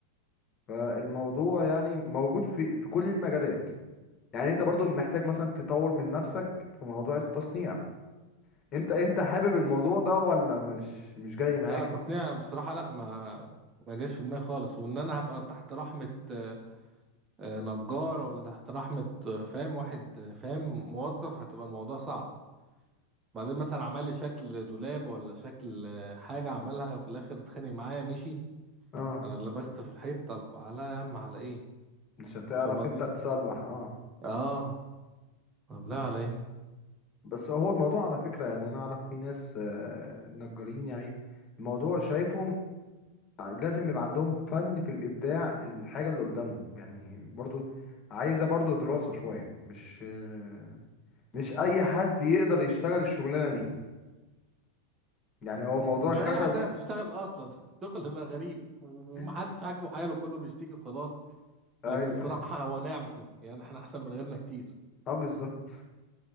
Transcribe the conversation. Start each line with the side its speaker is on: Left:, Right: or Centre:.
Left: فالموضوع
Right: مم.
Left: يعني موجود في في كل المجالات يعني انت برضو محتاج مثلا تطور من نفسك في موضوع التصنيع انت انت حابب الموضوع ده ولا مش مش جاي معاك
Right: لا التصنيع بصراحة لا ما ما جاش في دماغي خالص وإن أنا هبقى تحت رحمة آه، آه، نجار ولا تحت رحمة آه، فاهم واحد آه، فاهم موظف هتبقى الموضوع صعب بعدين مثلا عمل لي شكل دولاب ولا شكل آه، حاجة عملها في الآخر اتخانق معايا مشي
Left: اه
Right: أنا لبست في الحيط طب على يا عم على إيه
Left: مش هتعرف
Right: فاهم قصدي؟
Left: انت تصلح اه
Right: اه طب لا
Left: بس
Right: على ايه؟
Left: بس هو الموضوع على فكرة يعني انا اعرف في ناس آه، نجارين يعني الموضوع شايفهم لازم يبقى عندهم فن في الابداع الحاجة اللي قدامهم يعني برضو عايزة برضو دراسة شوية مش آه، مش اي حد يقدر يشتغل الشغلانة دي يعني هو موضوع
Right: مش
Left: الخشب
Right: اي حد يعرف يشتغل اصلا <laughs> شغل بقى غريب ومحدش
Left: <laughs>
Right: عاجبه حاله كله بيشتكي وخلاص
Left: ايوه
Right: لكن الصراحه هو نعمه يعني احنا احسن من غيرنا كتير
Left: اه بالظبط